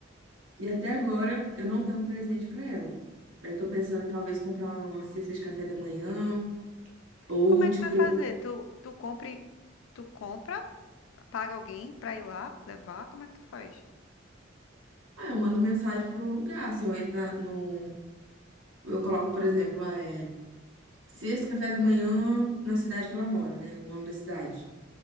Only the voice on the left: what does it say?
Como é
que tu vai fazer? Tu, tu compre, tu compra, paga alguém pra ir lá levar? Como é que tu faz?